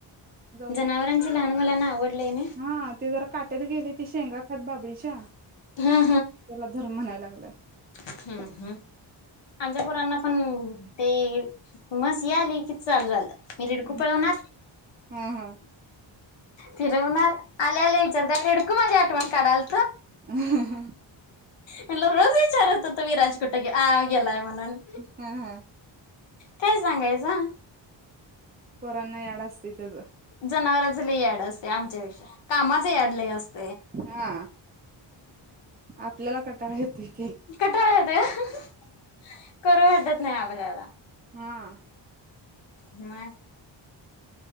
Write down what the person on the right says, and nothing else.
जाऊ दे
हा ते जरा काट्यात गेले त शेंगा खत बाबळीच्या,
त्याला म्हणाय लागलंय.
हा
हा हा
ह ह हा
हा हा
पोरांना याड असते तेज.
हा आपल्याला क टाळ येतय.
हा.